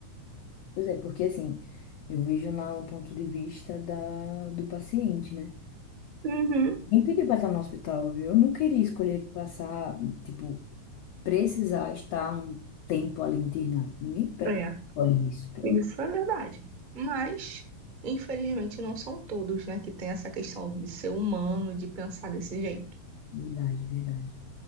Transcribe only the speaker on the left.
pois é, porque assim, eu vejo na- no ponto de vista da, do paciente, né?
Quem pediu pra estar no hospital, viu? Eu não queria escolher de passar, tipo, precisar estar um tempo ali internado. Ninguém pede.
Olha isso, pelo amor
de Deus, verdade, verdade.